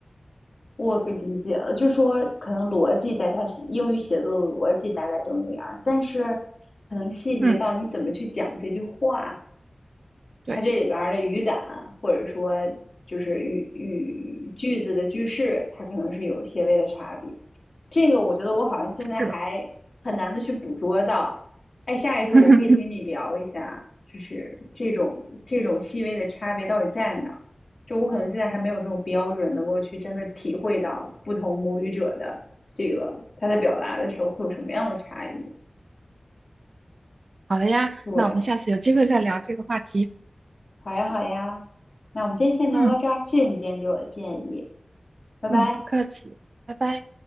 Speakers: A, on the left; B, on the right.
A: 我给理解了，就说可能逻辑大家写英语写作的逻辑大概都那样儿但是可能细节到你怎么去讲这句话，
B: 嗯，对，
A: 它这里边儿的语感，或者说就是语语句子的句式，它可能是有些微的差别。这个我觉得我好像现在还很难的去捕捉到。
B: 是的。
A: 哎，下一次我可以请你聊一下，
B: <laughs>
A: 就是这种这种细微的差别到底在哪？就我可能现在还没有这种标准，能够去真的体会到不同母语者的这个他在表达的时候会有什么样的差异。
B: 好的呀，
A: 对，
B: 那我们下次有机会再聊这个话题。
A: 好呀，好呀，那我们今天先聊到这儿，
B: 嗯。
A: 谢谢你今天给我的建议，拜拜。
B: 嗯，不客气，拜拜。